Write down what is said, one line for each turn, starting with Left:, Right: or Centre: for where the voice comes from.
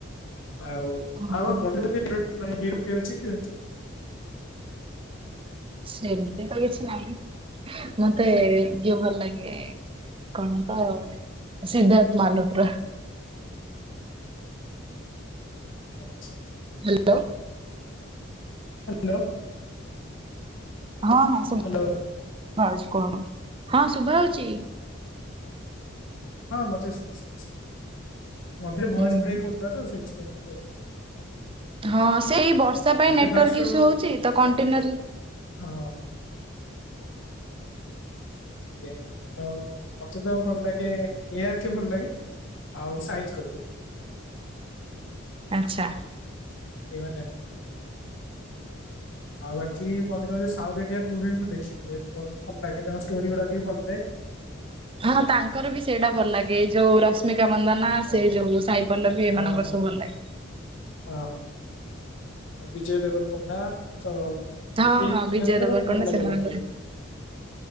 Left: ଆଉ <unintelligible>
Right: ହଁ
Left: ମାନେ ହିରୋ କିଏ ଅଛି କି?
Right: ସେମିତି ତ କିଛି ନାହିଁ ମତେ ଇଏ ଭଲ ଲାଗେ। କଣ ତ ସିଦ୍ଧାର୍ଥ ମଲ୍ହୋତ୍ର।
Left: ଆଚ୍ଛା ଆଚ୍ଛା।
Right: ହ୍ୟାଲୋ।
Left: ହ୍ୟାଲୋ।
Right: ହଁ ହଁ
Left: ହ୍ୟାଲୋ
Right: କଣ ହଁ
Left: ଆଜ୍ଞା
Right: ଶୁଭାଯାଉଛି।
Left: ହଁ ମତେ ଶଛି ମଝୀରେ ଭଏସ
Right: ହୁଁ
Left: ବ୍ରେକ୍ ହଉଥିଲା। <unintelligible>
Right: ହଁ ସେଇ ବର୍ଷା ପାଇଁ
Left: ମତେ
Right: ନେଟୱାର୍କ
Left: ଫାଷ୍ଟ
Right: ଇସୁ ହଉଛି ତ କଣ୍ଟେନର
Left: ହଁ। ଆଜ୍ଞା ତ ମତେ ତ ଭଲ ଲାଗେ ଏଆର୍ କି ଭଲ ଲାଗେ। ଆଉ ସାହିଦ କପୂର
Right: ଆଚ୍ଛା
Left: ଏଇମାନେ। ଆଉ ବାକି ମଝିରେ ମଝିରେ ସାଉଥ ଇଣ୍ଡିଆନ୍ ମୁଭି ବି ମୁଁ ଦେଖିଲିତ ଭଲ ଲାଗେ ତାଙ୍କ ଷ୍ଟୋରି ଗୁଡାକ ବି ଭଲ ଲାଗେ।
Right: ହଁ ତାଙ୍କର ବି ସେଇଟା ଭଲ ଲାଗେ ଏଇ ଯୋଉ ରଶ୍ମିକା ମନ୍ଦନା
Left: ହଁ
Right: ସେ ଯୋଉ ସାଇପଲ୍ଲବୀ ଏମାନଙ୍କର
Left: ହଁ ହଁ
Right: ସବୁ ଭଲ ଲାଗେ।
Left: ହଁ। ବିଜୟ ଦେବର କଣ୍ଡା ତ ନିତିନ
Right: ହଁ ହଁ ବିଜୟ
Left: ଏମାନେ
Right: ଦେବାରକୋଣ୍ଡ
Left: କଣ ଭଲ ଲାଗେ
Right: ସେମାନଙ୍କର।
Left: ମତେ